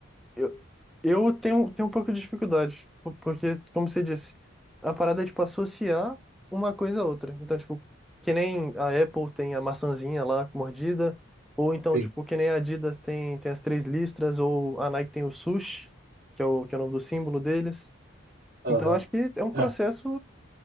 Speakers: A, in the centre; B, on the right.
A: eu, eu tenho, tenho um pouco de dificuldade, po- porque, como você disse, a parada é, tipo, associar uma coisa a outra. Então, tipo, que nem a Apple tem a maçãzinha lá mordida, ou então,
B: sim,
A: tipo, que nem a Adidas tem, tem as três listras, ou a Nike tem o swoosh, que é o, que é o nome do símbolo deles.
B: aham.
A: Então, acho que é um processo.
B: É.